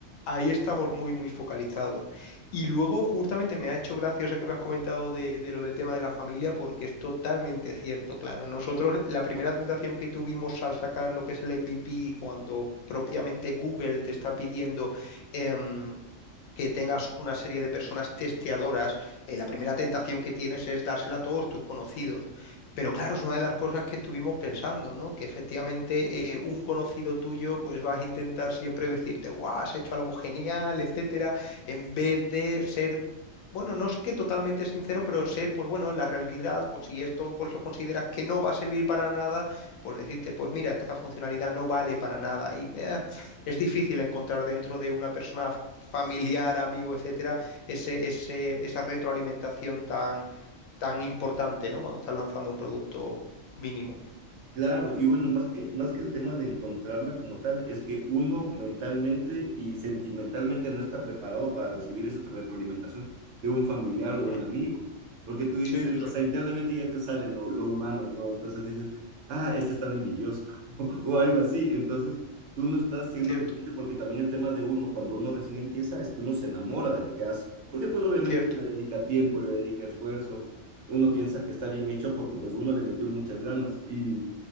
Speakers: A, on the left; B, on the right.
A: ahí estamos muy, muy focalizados. Y luego, justamente, me ha hecho gracia eso que me has comentado de, de lo del tema de la familia, porque es totalmente cierto, claro. Nosotros, la primera tentación que tuvimos al sacar lo que es el MVP, cuando propiamente Google te está pidiendo em, que tengas una serie de personas testeadoras, eh, la primera tentación que tienes es dársela a todos tus conocidos. Pero claro, es una de las cosas que estuvimos pensando, ¿no? Que efectivamente eh, un conocido tuyo, pues vas a intentar siempre decirte, guau, has hecho algo genial, etcétera, en vez de ser bueno, no es que totalmente sincero, pero ser, pues bueno, la realidad, pues si esto pues lo consideras que no va a servir para nada, pues decirte, pues mira, esta funcionalidad no vale para nada y eh, es difícil encontrar dentro de una persona familiar, amigo, etcétera, ese, ese, esa retroalimentación tan, tan importante, ¿no? Cuando estás lanzando un producto mínimo.
B: Claro, y bueno, más que, más que el tema de encontrarla como tal, es que uno mentalmente y sentimentalmente no está preparado para recibir esa retroalimentación de un familiar o de
A: Mm,
B: un amigo. Porque tú dices,
A: sí, sí, sí.
B: o sea, internamente ya te sale lo, lo humano, ¿no? Entonces dices, ah, este está de envidioso <laughs> o algo así. Entonces tú no estás siendo
A: Cierto,
B: consciente porque también el tema de uno, cuando uno recién empieza, es que uno se enamora de lo que hace. Porque pues obviamente
A: cierto,
B: uno le dedica tiempo, le dedica esfuerzo, uno piensa que está bien hecho porque pues uno le metió muchas ganas. Y